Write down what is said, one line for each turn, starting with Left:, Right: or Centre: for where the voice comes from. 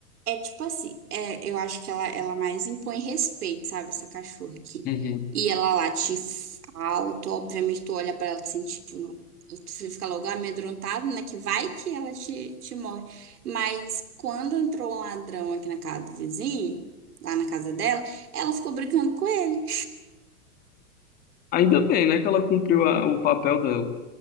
Right: É tipo assim, é, eu acho que ela, ela mais impõe respeito, sabe? Essa cachorra aqui.
Left: Uhum.
Right: E ela late f- alto, obviamente tu olha pra ela e tu sente, tipo, tu fica logo amedrontado, né? Que vai que ela te, te morde. Mas quando entrou um ladrão aqui na casa do vizinho, lá na casa dela, ela ficou brincando com ele.
Left: Ainda bem, né, que ela cumpriu a- o papel dela.